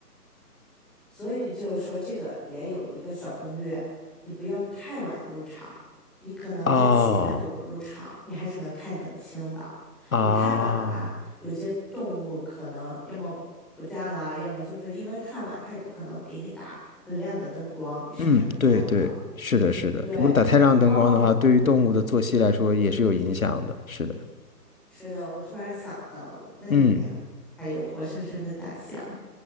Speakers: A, in the centre; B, on the left (about 55°).
A: 所以就是说，这个也有一个小攻略，你不要太晚入场，你可能在七点左右入场，
B: 哦，
A: 你还是能看得清的。
B: 啊，
A: 你太晚了吧，有些动物可能要么不见了，要么就是因为太晚，它也不可能给你打很亮的灯光，你是看不见的。
B: 嗯，对对，是的，是的。
A: 对，
B: 如果打太亮灯光的话，
A: 哦，
B: 对于动物的作息来说也是有影响的。是的，
A: 是的，我突然想到了，那里面还有活生生的大象。
B: 嗯，